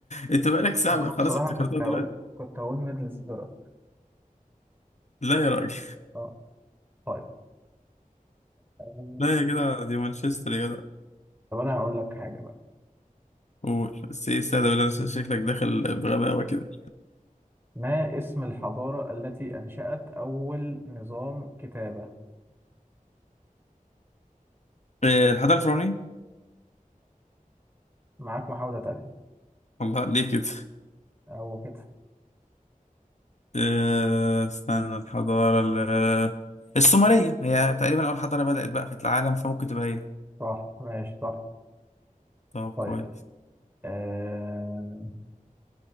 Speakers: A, on the left; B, on the right.
A: <laughs> انت بقالك
B: ليه؟
A: ساعة
B: وانا
A: بقى، خلاص
B: بصراحة
A: افتكرتها
B: كنت هقول
A: دلوقتي
B: كنت هقول ميدلسبرا
A: لا يا راجل
B: اه طيب آه،
A: <laughs> لا يا جدع دي مانشستر يا جدع
B: طب انا هقول لك حاجة بقى
A: قول بس ايه استاذ شكلك داخل بغباوة كده
B: ما اسم الحضارة التي انشأت اول نظام كتابة
A: إيه، الحضارة الفرعونية
B: معاك محاولة تانية
A: والله ليه كده
B: هو كده
A: آه، استنى الحضارة ال- السومرية هي تقريبا أول حضارة بدأت بقى في العالم فممكن تبقى هي
B: صح ماشي صح
A: طب
B: طيب
A: كويس
B: آه...